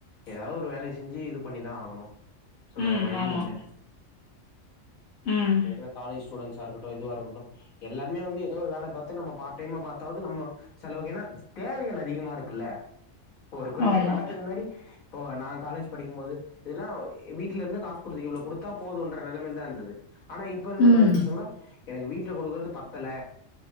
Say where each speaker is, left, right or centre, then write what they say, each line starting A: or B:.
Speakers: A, on the left (about 85°); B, on the left (about 65°).
A: ஏதாவது ஒரு வேலய செஞ்சு இது பண்ணிதா ஆகணு சோ
B: ம்
A: வேற வழி
B: ஆமா
A: இல்ல
B: ம்
A: இப்ப இருக்குர காலஜ் ஸ்டுடென்ஸ்சா இருட்டு எதுவ இருக்கட்டு எல்லாருமே வந்து ஏதோ ஒரு வேல பாத்து நம்ம பார்டைம்மா பாத்தாவது நம்ம செலவுக்கு என்னா தேவைகள் அதிகமா இருக்குல்ல ஒரு குறிப்பிட்ட
B: ஆமா
A: கட்டத்துக்கு முன்னாடி இப்போ நா காலேஜ் படிக்குபோது இதுல்லா வீட்ல இருந்து காசு குடுத்து இவ்ளோ குடுத்தா போதுன்ற நெலமைல தா இருந்தது ஆனா இப்ப இருக்கற
B: ம்
A: காலேஜ் பசங்கல்லா எனக்கு வீட்ல குடுக்கறது பத்தல